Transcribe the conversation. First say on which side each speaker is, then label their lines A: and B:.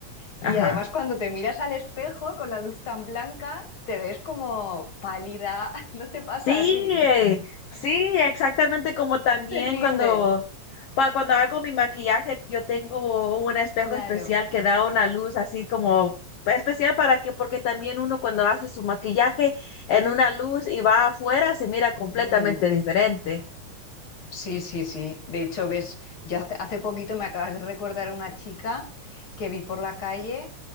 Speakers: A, on the left (about 45°); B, on the left (about 80°).
A: y
B: Ajá.
A: además cuando te miras al espejo con la luz tan blanca, te ves como pálida. <laughs> No te pasa
B: Sí,
A: a ti.
B: eh, sí, exactamente como también
A: <laughs> Terrible,
B: cuando, pa- cuando hago mi maquillaje, yo tengo un espejo
A: claro.
B: especial que da una luz así como especial para que, porque también uno cuando hace su maquillaje en una luz y va afuera se mira completamente
A: Mm,
B: diferente.
A: Sí, sí, sí. De hecho, ves, yo hace, hace poquito me acabas de recordar una chica que vi por la calle